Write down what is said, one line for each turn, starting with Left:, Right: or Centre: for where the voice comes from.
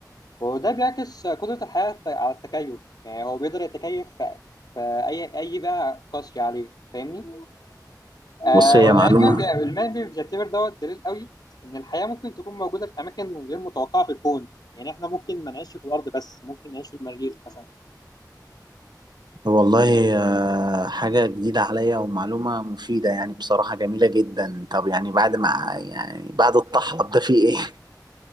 Left: وده بيعكس قدرة الحياة على التكيف يعني هو بيقدر يتكيف في في أي أي بيئة قاسية عليه فاهمني آه
Right: بص هي
Left: والعلم
Right: معلومه
Left: بي- العلم بي- بيعتبر دوت دليل قوي ان الحياه ممكن تكون موجوده في اماكن غير متوقعه في الكون يعني احنا ممكن ما نعيش في الارض بس ممكن نعيش في المريخ مثلا
Right: والله آه، حاجة جديدة عليا ومعلومة مفيدة يعني بصراحة جميلة جدا طب يعني بعد ما يعني بعد الطحلب ده في ايه؟ <laughs>